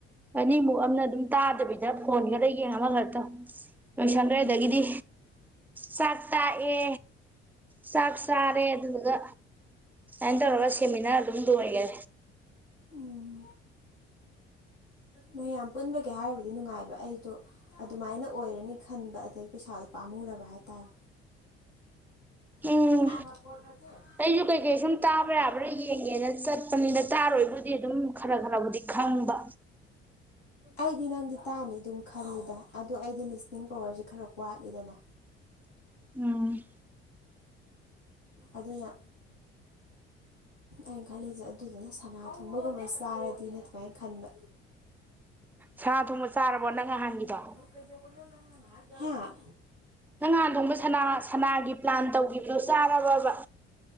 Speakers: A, in the centre; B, on the left.
A: ꯑꯅꯤꯃꯨꯛ ꯑꯃꯅ ꯑꯗꯨꯝ ꯇꯥꯗꯕꯤꯗ ꯐꯣꯟ ꯈꯔ ꯌꯦꯡ ꯑꯃ ꯈꯔ ꯇꯧ ꯂꯣꯏꯁꯟꯈ꯭ꯔꯦ
B: ꯎꯝ
A: ꯑꯗꯥꯒꯤꯗꯤ ꯆꯥꯛ ꯇꯥꯛꯑꯦ ꯆꯥꯛ ꯆꯥꯔꯦ ꯑꯗꯨꯗꯨꯒ ꯑꯗꯥꯏ ꯇꯧꯔꯒ ꯁꯦꯝꯃꯤꯅꯔ ꯑꯗꯨꯝ ꯂꯣꯏꯈ꯭ꯔꯦ꯫
B: ꯎꯝ ꯃꯌꯥꯝ ꯄꯨꯟꯕꯒꯦ ꯍꯥꯏꯔꯕꯗꯤ ꯅꯨꯡꯉꯥꯏꯕ ꯑꯩꯗꯣ ꯑꯗꯨꯃꯥꯏꯅ ꯑꯣꯏꯔꯅꯤ ꯈꯟꯕ ꯑꯗꯩ ꯄꯩꯁꯥꯗꯣ ꯄꯥꯝꯃꯨꯔꯕ ꯍꯥꯏꯇꯥꯔꯦ
A: ꯎꯝ
B: <unintelligible>
A: ꯑꯩꯁꯨ ꯀꯩꯀꯩ ꯁꯨꯝ ꯇꯥꯕ ꯌꯥꯕ꯭ꯔꯥ ꯌꯦꯡꯒꯦꯅ ꯆꯠꯄꯅꯤꯗ ꯇꯥꯔ ꯔꯣꯏꯕꯨꯗꯤ ꯑꯗꯨꯝ ꯈꯔ ꯈꯔꯕꯨꯗꯤ ꯈꯪꯕ꯫
B: ꯑꯩꯗꯤ ꯅꯪꯗꯤ ꯇꯥꯅꯤ ꯑꯗꯨꯝ ꯈꯜꯂꯤꯗ ꯑꯗꯣ ꯑꯩꯗꯤ ꯂꯤꯁꯅꯤꯡ ꯄꯋꯥꯔꯁꯦ ꯈꯔ ꯋꯥꯠꯂꯤꯗꯅ
A: ꯎꯝ꯫
B: ꯑꯗꯨꯅ ꯑꯩꯅ ꯈꯜꯂꯤꯁꯦ ꯑꯗꯨꯗꯨꯅ ꯁꯅꯥ ꯊꫭꯛꯕꯒꯨꯝꯕ ꯆꯥꯔꯗꯤꯅ ꯑꯗꯨꯃꯥꯏꯅ ꯈꯟꯕ
A: ꯁꯥ ꯊꯣꯡꯕ ꯆꯥꯔꯕꯣ ꯅꯪ ꯅꯍꯥꯟꯒꯤꯗꯣ
B: <unintelligible> ꯍꯥ
A: ꯅꯪ ꯅꯍꯥꯟꯊꯣꯡꯕ ꯁꯅꯥ ꯁꯅꯥꯒꯤ ꯄ꯭ꯂꯥꯟ ꯇꯧꯈꯤꯕꯗꯣ ꯆꯥꯔꯕꯕ